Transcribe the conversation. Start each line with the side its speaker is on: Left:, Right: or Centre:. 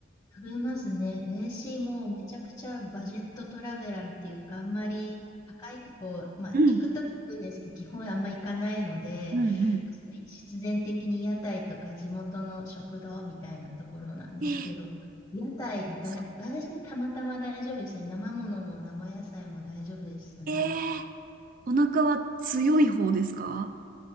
Left: 食べますね。私もうめちゃくちゃバジェットトラベラーっていうか、あんまり高いとこ、まあ行くとき行くんですけど、
Right: うん
Left: 基本あんま行かないので、
Right: うんうん。
Left: そうすると必然的に屋台とか地元の食堂みたいなところなんですけど、
Right: えー、
Left: 屋台だ、
Right: そ
Left: 私たまたま大丈夫でしたね。生ものも生野菜も大丈夫でしたね。
Right: えー、お腹は強い方ですか